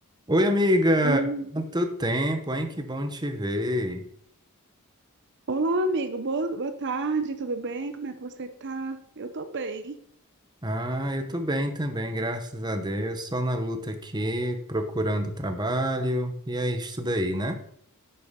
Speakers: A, on the right; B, on the right.
A: Oi, amiga!
B: Oi.
A: Quanto tempo, hein? Que bom te ver.
B: Olá, amigo. Boa, boa tarde, tudo bem? Como é que você tá? Eu tô bem.
A: Ah, eu tô bem também, graças a Deus. Só na luta aqui, procurando trabalho, e é isso daí, né?